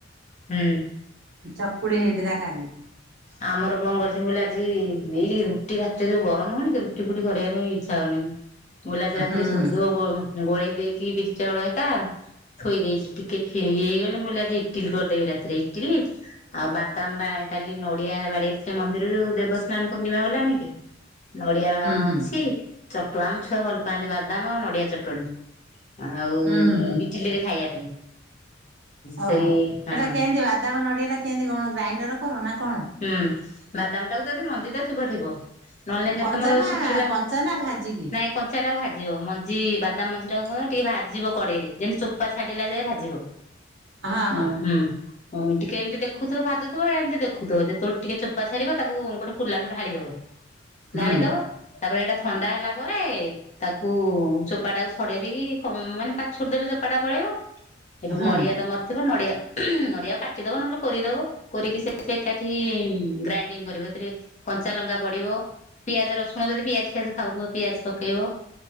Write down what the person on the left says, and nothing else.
ହୁଁ।
ଆମର କଣ କରିଛି ମୁ କହିଲି ଆଜି ଏଇ ରୁଟି ରାତିରେ ଯୋଉ ଗରମ ହଉନି କି ରୁଟି ଫୁଟି କରିବା ପାଇଁ ଇଚ୍ଛା ହଉନି। ମୁଁ କହିଲି ଆଜି
ରାତିରେ
ସୁଦୁ ଗୋଳେଇ ଦେଇକି ବିରି ଚାଉଳ ହେରିକା ଥୋଇ ଦେଇଛି ଟିକେ ହେଇଗଲେ ମୁଁ ଆଜି ଇଟିଲି କରିଦେବି ରାତିରେ ଇଟିଲି ଆଉ ବାଦାମ ବା କାଲି ନଡିଆ ବାଡେଇଥିଲେ ମନ୍ଦିର ଯୋଉ ଦେବସ୍ନାନ ପୂର୍ଣ୍ଣିମା ଗଲାନି କି। ନଡିଆ ଅଛି
ଚଟ ଆମ ଛୁଆ ଭଲ ପାଆନ୍ତି ବାଦାମ ଆଉ ନଡିଆ ଚଟଣୀ। ଆଉ
ଇଟିଲିରେ ଖାଇବା ପାଇଁ। ସେଇ
ହଁ
ହୁଁ। ବାଦାମ ଟାକୁ ଯଦି ମଞ୍ଜି ତ ଥିବ ଥିବ, ନହେଲେ ନାଇଁ
ଯଦି ତମର
ଶୁଖିଲା
ନାଇଁ କଞ୍ଚାଟାକୁ ଭାଜି ଦବ, ମଞ୍ଜି ବାଦାମ ମଞ୍ଜି ଟା କହ ଟିକେ ଭାଜିବ କଡ଼େଇରେ, ଯେମିତି ଚୋଫା ଛାଡ଼ିଲା ଯାଏ ଭାଜିବ।
ଓ
ହୁଁ ହ ଟିକେ ଏମିତି ଦେଖୁଥିବ ଭାଜୁ ବେଳେ ଏମିତି ଦେଖୁଥିବ ଯେତେବେଳେ ଟିକେ ଚୋପା ଛାଡ଼ି ତାକୁ ଗୋଟେ କୁଲାକୁ ଢାଳି ଦବ ଢାଳି
ଦବ ତାପରେ ଏଇଟା ଥଣ୍ଡା ହେଲା ପରେ ତାକୁ ଚୋପାଟାକୁ ଛଡେଇ ଦେଇକି ମାନେ ପାଛୋଟି ଦେଲେ ଚୋପାଟା ପଳେଇବ। ସେଠୁ
ନଡିଆ ତମର ଥିବ ନଡିଆ ନଡିଆକୁ କାଟିଦବ ନହେଲେ କୋରିଦବ। କୋରିକି ସେଥିରେ ଏକାଠି ଗ୍ରାଇଣ୍ଡିଙ୍ଗ କରିବ ସେଥିରେ କଞ୍ଚା ଲଙ୍କା ପଡିବ। ପିଆଜ, ରସୁଣ ଯଦି ପିଆଜ ଫିଆଜ ଖାଉଥିବ ପିଆଜ ପକେଇବ।